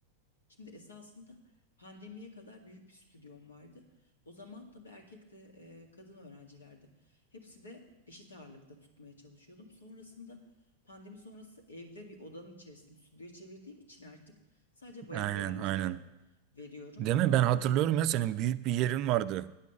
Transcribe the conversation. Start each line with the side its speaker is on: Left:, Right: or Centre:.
Left: Şimdi esasında pandemiye kadar büyük bir stüdyom vardı. O zaman tabii erkek de e, kadın öğrencilerdi. Hepsi de eşit ağırlıkta tutmaya çalışıyordum. Sonrasında pandemi sonrası evde bir odanın içerisinde stüdyoya çevirdiğim için artık sadece bayan
Right: Aynen,
Left: öğrencilere
Right: aynen.
Left: veriyorum.
Right: Değil mi? Ben hatırlıyorum
Left: E,
Right: ya senin büyük bir yerin vardı.